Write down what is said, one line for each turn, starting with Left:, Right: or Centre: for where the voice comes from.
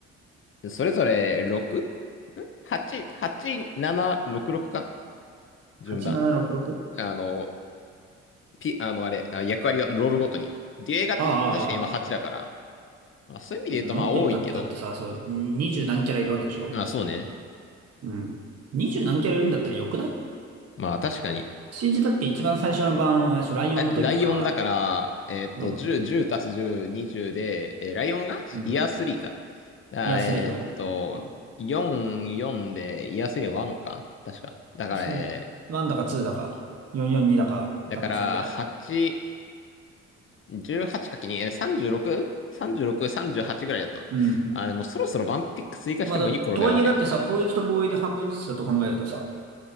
Left: それぞれ 6?8、8、7、6、6か順番。
Right: 8766?
Left: あの、ピ、あの、あれ、あ、役割がロールごとに。デュエガって確か今8だから、
Right: ああ、ああ
Left: まあ、そういう意味で言うとまあ多いけど、
Right: そんなこと言ったって、だってさ、そう、20何キャラいるわけでしょ
Left: まあそうね。
Right: うん。20何キャラいるんだったらよくない
Left: まあ確かに。
Right: ?CG だって一番最初の版、あれでしょライオンの時だから、
Left: あ、ライオンだから、えーっと、
Right: ど
Left: 10、10足す10、20で、えーライオンがイヤースリーか。
Right: ううん。
Left: あ、
Right: いや、
Left: えーっと、
Right: 3の、うん
Left: 4、4でイヤー3の1か。確か。だから、
Right: 1だか2だか、
Left: えー
Right: 442だか、
Left: だから、
Right: 多分そんぐらい。
Left: 8、1 8 ×にえ 36?36、36 38ぐらいだったな。
Right: うん。
Left: あ、でもそろそろワンピック追加してもいい頃ではあるよね。
Right: まあだ、とはいえだってさ、攻撃と防衛で半分ずつだと考えるとさ、